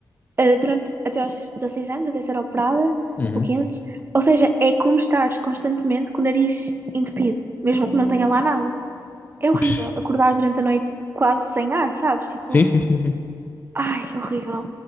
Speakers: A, on the right (about 30°); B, on the left (about 25°).
A: ah, durante até aos 16 anos, até ser operada,
B: Uhum.
A: ou quinze Ou seja, é como estares constantemente com o nariz entupido, mesmo que não tenha lá nada. É horrível
B: Psh.
A: acordares durante a noite quase sem ar, sabes? Tipo,
B: Sim, sim, sim, sim.
A: ai, é horrível.